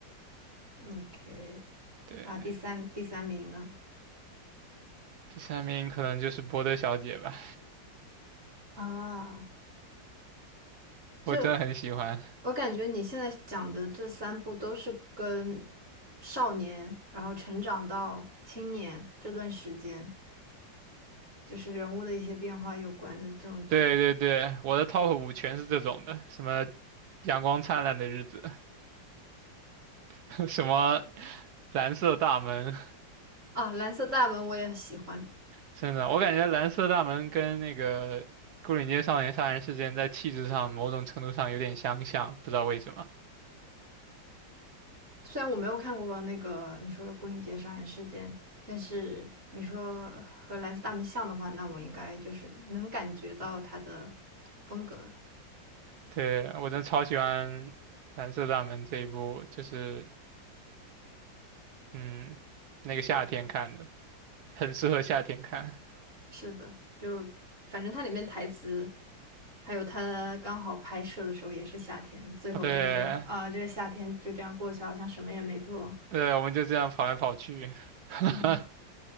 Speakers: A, on the right; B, on the right.
A: OK，
B: 对，
A: 啊，第三第三名呢？
B: 第三名可能就是《博德小姐》吧，
A: 啊，
B: 我真的很喜欢。
A: 就我感觉你现在讲的这三部都是跟少年，然后成长到青年这段时间，就是人物的一些变化有关的这种剧
B: 对对对，我的 top 五全是这种的，什么阳光灿烂的日子，<laughs> 什么蓝色大门，
A: 啊，《蓝色大门》我也喜欢，
B: 真的，我感觉蓝色大门跟那个牯岭街少年杀人事件在气质上某种程度上有点相像，不知道为什么。
A: 虽然我没有看过那个你说的《牯岭街杀人事件》，但是你说和《蓝色大门》像的话，那我应该就是能感觉到它的风格了。
B: 对，我真的超喜欢蓝色大门这一部，就是嗯，那个夏天看的，很适合夏天看。
A: 是的，就反正它里面台词，还有他刚好拍摄的时候也是夏天，最后他说啊，
B: 哦，对
A: 这个夏天就这样过去，好像什么也没做。
B: 对，我们就这样跑来跑去。<laughs>
A: 嗯